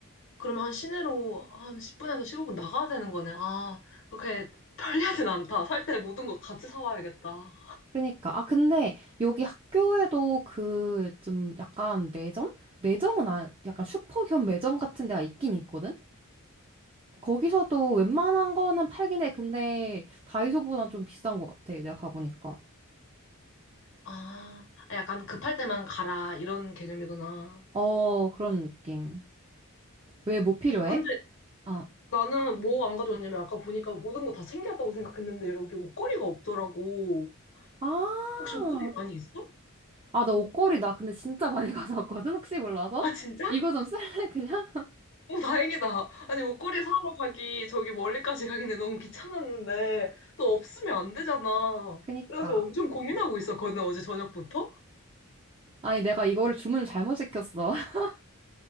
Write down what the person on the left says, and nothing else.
그러면 한 시내로 한 10분에서 15분 나가야 되는 거네. 아, 그렇게 편리하진 않다. 살 때 모든 거 같이 사와야겠다.
아, 약간 급할 때만 가라, 이런 개념이구나.
근데
나는 뭐 안 가져왔냐면 아까 보니까 모든 거 다 챙겨왔다고 생각했는데 여기 옷걸이가 없더라고.
혹시 옷걸이 많이 있어?
아, 진짜?
오, 다행이다. 아니, 옷걸이 사러 가기 저기 멀리까지 가기는 너무 귀찮았는데 또 없으면 안 되잖아.
그래가지고 엄청 고민하고 있었거든, 어제 저녁부터.